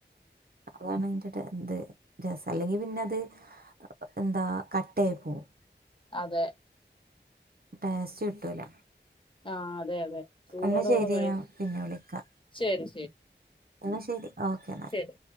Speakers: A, on the right; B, on the left.
A: അതാണയ്ന്റെ ട്ടെ ത് രസ അല്ലെങ്കി പിന്നെ അത് എഹ് എന്താ കട്ടയായി പോവും
B: അതെ
A: ടേസ്റ്റ് കിട്ടൂല
B: ആഹ് അതെ അതെ ചൂടോടെ
A: ന്നാ ശരി
B: കൂടെ കഴി
A: ഞാൻ പിന്നെ വിളിക്കാ
B: ശരി
A: ന്നാ ശരി ഓക്കെ എന്നാൽ
B: ശെരി